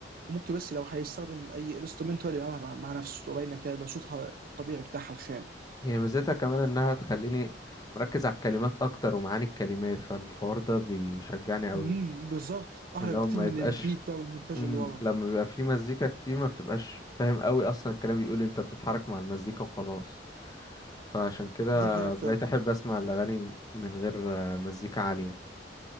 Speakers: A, on the right (about 55°); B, on the left (about 20°).
A: وممكن بس لو هيستخدم اي انسترومنت هو اللي بيعملها مع مع نفسه تبقى باينه كده لو صوتها الطبيعي بتاعها الخام
B: هي ميزتها كمان انها تخليني مركز على الكلمات اكتر ومعاني الكلمات فالحوار ده بيشجعني قوي
A: امم بالظبط احلى
B: من لو
A: بكتير
B: ما
A: من
B: يبقاش
A: البيت بقى والمونتاج
B: مم.
A: اللي ورا
B: لما بيبقى في مزيكا كتير ما بتبقاش فاهم قوي اصلا الكلام بيقول إيه، انت بتتحرك مع المزيكا وخلاص فعشان كده
A: دي حقيقه
B: بقيت
A: فعلا
B: احب اسمع الاغاني من غير آه، مزيكا عالية